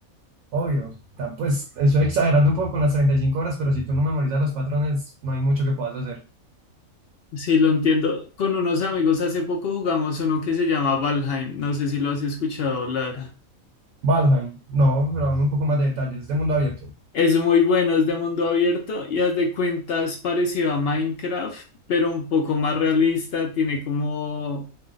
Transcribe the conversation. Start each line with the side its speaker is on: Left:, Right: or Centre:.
Right: Obvio, tan- pues estoy exagerando un poco con las 35 horas, pero si tú no memorizas los patrones, no hay mucho que puedas hacer.
Left: Sí, lo entiendo. Con unos amigos hace poco jugamos uno que se llama Valheim. No sé si lo has escuchado hablar.
Right: Valheim, no, pero dame un poco más de detalles, es de este mundo abierto.
Left: Es muy bueno, es de mundo abierto y haz de cuenta es parecido a Minecraft, pero un poco más realista, tiene como